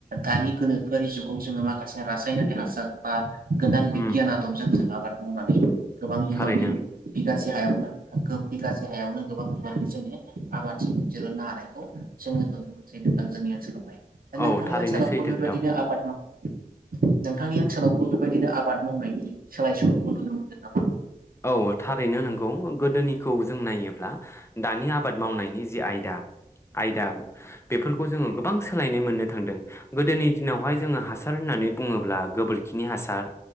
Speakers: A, on the right; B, on the left.
A: दानि गोनोखोरि जुगाव जोङो माखासे रासायनारि हासार बा गोदान बिगियान
B: उम
A: आदबजों जों आबाद मावनानै गोबां बिबांनि
B: थारैनो
A: बिगासे हायावनो बिगासे हायावनो गोबां बिबांनि जोङो आबादथि दिरूननो हानायखौ जोङो नुनो मोनसै मोनदों जोंनि ओनसोलावहाय दा
B: औ
A: नोंथांनि
B: थारैनो
A: ओनसोलावबो
B: सैथो
A: बे
B: खोथा
A: बायदिनो आबाद माव नोंथांनि ओनसोलावबो बे बायदिनो आबाद मावनायनि सोलाय सोल'खौ नुनो मोनदों नामा?
B: औ थारैनो नंगौ गोदोनिखौ जों नायोब्ला दानि आबा मावनायनि जि आयदा आयदा बेफोरखौ जोङो गोबां सोलायनाय मोननो थांदों। गोदोनि दिनावहाय जोङो हासार होननानै बुङो ब्ला गोबोरखिनि हासार